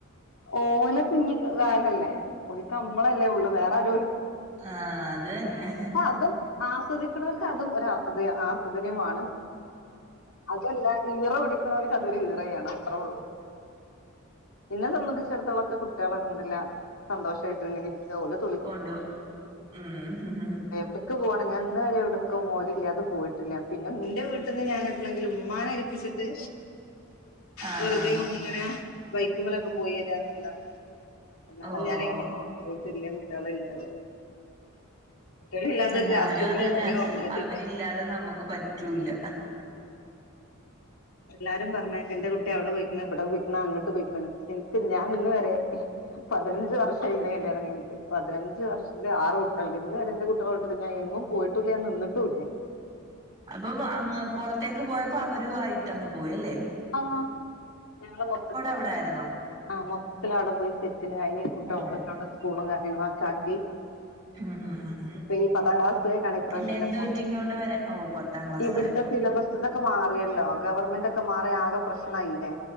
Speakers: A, on the left; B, on the right.
A: ഓല കുഞ്ഞിക്കാലല്ലേ ഓലക്ക്മ്മളല്ലേ ഉള്ളു വേറെരു
B: ആഹ് അത് തന്നെ
A: അപ്പൊ അതും ആസ്വദിക്കുണവർക്ക് അതും ഒരാസ്വദ ആസ്വദനിയമാണ് അതുല്ല ഈറ പിടിക്കണവർക്ക് അതൊരു ഈറയാണ് അത്രേ ഉള്ളു ഇന്നെ സംബന്ധിച്ചിടത്തോളം കുട്ടികള് അൽഹംദുലില്ല സന്തോഷായിട്ട് ഇങ്ങനെ ഇരിക്കണ പോലും
B: കൊണ്ട് പോം ഉം
A: എവിടക്ക് പോകണം ഞാൻ ഇന്ന് വരെ എവിടുക്കും ഓരില്ലാതെ പോയിട്ടില്ല പിന്നെ ന്റെ വീട്ടിന്ന് ഞാൻ എവിടെങ്കിലും ഉമ്മാനെ ഏൽപ്പിച്ചിട്ട്
B: ആ
A: വെറുതെ
B: ആ
A: ഇങ്ങനെ ബൈക്കുമ്മേലൊക്കെ പോയി വരുവാന്നല്ലാണ്ട് അല്ലാതെ
B: ഓ
A: ഞാൻ
B: ഓ
A: എങ്ങും
B: ഓ
A: പോയിട്ടില <unintelligible> കുട്ടികളില്ലാതെ കുട്ടികളില്ലാതെ
B: ഉം
A: ഒരു
B: ഞാനും
A: രാത്രി
B: അതന്നെ
A: പോലും ഇതുവരെ ഉറങ്ങിയിട്ടില്ല
B: അവരില്ലാതെ നമുക്ക് പറ്റ പറ്റുല്ല
A: എല്ലാരും പറഞ്ഞ എന്റെ കുട്ടി അവിടെ പോയിക്കണ് ഇവിടെ പോയിക്കണ് അങ്ങട്ട് പോയിക്കണ് ഇനിക്ക് ഞാൻ ഇന്ന് വരെ പതിനഞ്ച് വർഷം ആയിന്റെ കല്യാണം കഴിഞ്ഞിട്ട് പതിനഞ്ച് വർഷ ന്റെ ആറ് കുട്ട്യാള്ണ്ട് ഇന്ന് വരെ കുട്ട്യാളെ വിട്ട് ഞാൻ എങ്ങും പോയിട്ടുല്ല ഞാൻനിന്നിട്ടൂല്ല്യ.
B: അപ്പൊ അങ്ങ് പുറത്തേക്ക് പോയപ്പോ അവരുആയിട്ട്ങ്ങ് പോയി അല്ലേ?
A: ആഹ് ഞങ്ങള് മൊത്തത്തിലങ്ങനെത്തെ
B: അവിടെ ആയിരുന്നോ
A: ആഹ് മൊത്തത്തില് അവിടെ പോയി സെറ്റിലായി കുട്ടികൾക്കൊക്കെ
B: ഉം
A: അവിടെ സ്കൂളും കാര്യങ്ങളും ഒക്കെ ആക്കി,
B: ഉം ഉം
A: ഇഞ് പത്താം ക്ലാസ്സിലേക്കാണ് ഇപ്രാവിശ്യം
B: പിന്നെ
A: ഇന്റെ
B: എന്ത്
A: മോൻ
B: പറ്റി ഇങ്ങോട്ട് വരാൻ ഓ പത്താം ക്ലാസ്
A: ഇവിടുത്തെ
B: ആയപ്പോ
A: സിലബസ് ഇതൊക്കെ മാറിയല്ലോ ഗവൺമെന്റൊക്കെ മാറി ആകെ പ്രശ്നയില്ലേ?